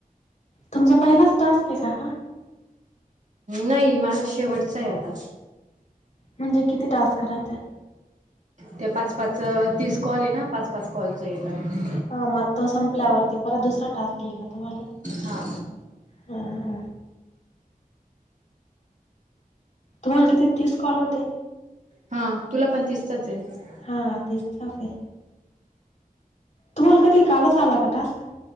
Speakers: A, on the left (about 50°); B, on the right (about 55°).
A: तुमचा पहिलाच तास्क आहे का हा
B: नाही माझ शेवटचा आहे आता
A: म्हणजे किती टास्क राहतात
B: ते पाच पाच तीस कॉल आहे ना पाच पाच कॉलच आहे तर
A: हा मग तो संपल्यावरती परत दुसरा टास्क लिला त मला
B: हा
A: ह तुम्हाला किती तीस कॉल होते
B: हा तुला पण तसतच आहे
A: हा तेचछ आहे तुम्हाला कधी कालच आला का टास्क